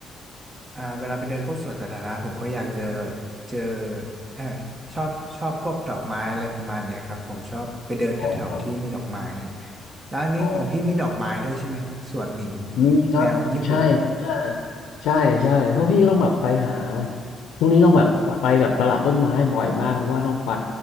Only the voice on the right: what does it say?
อ่าเวลาไปเดินพวกสวนสาธารณะผมก็อยากเจอเจอเออชอบชอบพวกดอกไม้อะไรประมาณเนี้ยครับผมชอบไปเดินแถวๆที่มีดอกไม้
แล้วอันนี้ของพี่มีดอกไม้ด้วยใช่ไหมสวนหิน
แนวญี่ปุ่น